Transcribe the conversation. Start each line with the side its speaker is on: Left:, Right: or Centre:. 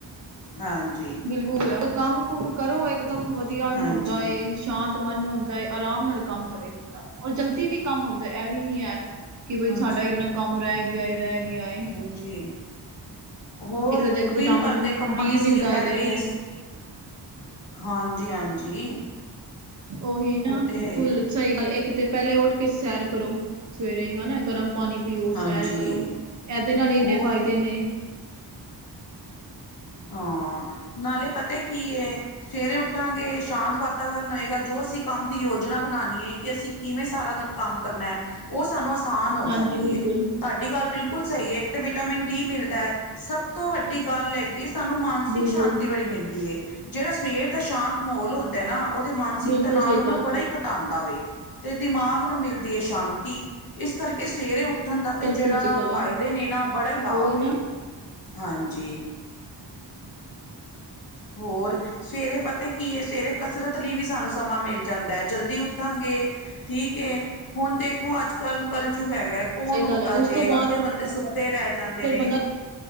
Left: ਹਾਂਜੀ।
Right: ਬਿਲਕੁਲ ਸਕੂਲ ਕੰਮ ਕੁਮ ਕਰੋ ਇਕਦਮ ਵਧੀਆ
Left: ਹਾਂਜੀ,
Right: ਹੁੰਦਾ ਏ ਸ਼ਾਂਤ ਮਨ ਹੁੰਦਾ ਹੈ। ਆਰਾਮ ਨਾਲ ਕੰਮ ਕਰੇ ਬੰਦਾ ਔਰ ਜਲਦੀ ਵੀ ਕੰਮ ਹੁੰਦਾ ਇਹ ਵੀ ਨੀ ਹੈ ਕਿ ਬਈ
Left: ਹਾਂਜੀ,
Right: ਸਾਡਾ ਇੰਨਾ ਕੰਮ ਰਹਿ ਗਿਆ, ਰਹਿ ਗਿਆ ਹੈ।
Left: ਜੀ' ਹੋਰ
Right: ਦੇਖੋ ਵਿਟਾਮਿਨ
Left: ਦਿਨ ਭਰ ਦੇ ਕੰਮਾਂ
Right: ਡੀ
Left: ਦੀ ਅਸੀ
Right: ਮਿਲਦਾ
Left: ਪਹਿਲੇ
Right: ਹੈ ਦੇਖੋ
Left: ਹੀ ਹਾਂਜੀ-ਹਾਂਜੀ
Right: ਉਹੀ ਨਾ
Left: ਉਹ ਤੇ
Right: ਬਿਲਕੁਲ
Left: ਹੈ ਹੀ ਹੈ।
Right: ਸਹੀ ਗੱਲ ਇੱਕ ਤੇ ਪਹਿਲੇ ਉੱਠ ਕੇ ਸੈਰ ਕਰੋ ਸਵੇਰੇ ਹਨਾ ਗਰਮ ਪਾਣੀ ਪੀਓ, ਸੈਰ
Left: ਹਾਂਜੀ
Right: ਕਰੋ ਇਹਦੇ ਨਾਲ ਇੰਨੇ
Left: ਹੋਰ
Right: ਫਾਇਦੇ ਨੇ
Left: ਹਾਂ' ਨਾਲੇ ਪਤਾ ਕੀ ਹੈ ਸਵੇਰੇ ਉੱਠਾਂਗੇ ਸ਼ਾਂਤ ਵਾਤਾਵਰਨ ਹੋਏਗਾ ਜੋ ਅਸੀਂ ਕੰਮ ਦੀ ਯੋਜਨਾ ਬਣਾਉਣੀ ਹੈ ਕਿ ਅਸੀਂ ਕਿਵੇਂ ਸਾਰਾ ਦਿਨ ਕੰਮ ਕਰਨਾ ਹੈ। ਉਹ ਸਾਨੂੰ ਆਸਾਨ ਹੋ
Right: ਹਾਂਜੀ
Left: ਜਾਂਦਾ
Right: ਬਿਲਕੁਲ
Left: ਤੁਹਾਡੀ ਗੱਲ ਬਿਲਕੁਲ ਸਹੀ ਹੈ। ਇੱਕ ਤੇ ਵਿਟਾਮਿਨ ਕੀ ਮਿਲਦਾ ਹੈ। ਸਭ ਤੋਂ ਵੱਡੀ ਗੱਲ ਹੈਗੀਏ ਸਾਨੂੰ ਮਾਨਸਿਕ
Right: ਬਿਲਕੁਲ
Left: ਸ਼ਾਂਤੀ ਬੜੀ ਮਿਲਦੀ ਹੈ। ਜਿਹੜਾ ਸਵੇਰ ਦਾ ਸ਼ਾਂਤ ਮਾਹੌਲ ਹੁੰਦਾ ਨਾ' ਉਹਦੇ ਮਾਨਸਿਕ
Right: ਬਿਲਕੁਲ
Left: ਤਣਾਅ
Right: ਸਹੀ
Left: ਨੂੰ
Right: ਗੱਲ
Left: ਨਾ ਬੜਾ
Right: ਹੈ
Left: ਹੀ ਘਟਾਉਂਦਾ ਵ ਤੇ' ਦਿਮਾਗ ਨੂੰ ਮਿਲਦੀ ਹੈ ਸ਼ਾਂਤੀ। ਇਸ ਕਰਕੇ ਸਵੇਰੇ ਉੱਠ ਉੱਠਣ ਦਾ ਤੇ
Right: ਬਿਲਕੁਲ
Left: ਜਿਹੜਾ'
Right: ਸਹੀ ਗੱਲ
Left: ਫਾਇਦੇ
Right: ਹੈ
Left: ਨੇ ਨਾ ਬੜਾ ਹੀ ਲਾਭ
Right: ਉਹੀ ਨਾ
Left: ਐ ਹਾਂਜੀ। ਹੋਰ ਸਵੇਰੇ ਪਤਾ ਕੀ ਹੈ ਸਵੇਰੇ ਕਸਰਤ ਲਈ ਵੀ ਸਾਨੂੰ ਸਮਾਂ ਮਿਲ ਜਾਂਦਾ ਹੈ। ਜਲਦੀ ਉੱਠਾਂਗੇ ਠੀਕ ਏ' ਹੁਣ ਦੇਖੋ ਅੱਜ ਕੱਲ ਕਲਯੁਗ ਹੈ ਕੌਣ
Right: ਸਹੀ
Left: ਉੱਠਦਾ
Right: ਗੱਲ ਹੈ ਉਸ
Left: ਜੇ
Right: ਤੋਂ ਬਾਅਦ
Left: ਅੱਧੇ ਬੰਦੇ ਸੁੱਤੇ ਰਹਿ ਜਾਂਦੇ
Right: ਫਿਰ
Left: ਨੇ
Right: ਬੰਦਾ